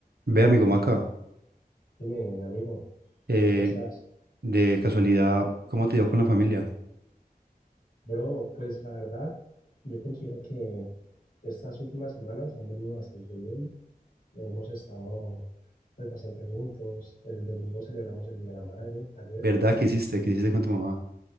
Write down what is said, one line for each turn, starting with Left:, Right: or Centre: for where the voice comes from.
Right: Ve, amigo Maca,
Left: Dime, amigo,
Right: eh,
Left: ¿cómo estás?
Right: de casualidad, ¿cómo te dio con la familia?
Left: Bro, pues la verdad, yo considero que estas últimas semanas han venido bastante bien. Hemos estado pues bastante juntos. El domingo celebramos el Día de la Madre, ayer.
Right: ¿Verdad que hiciste? ¿Qué hiciste con tu mamá?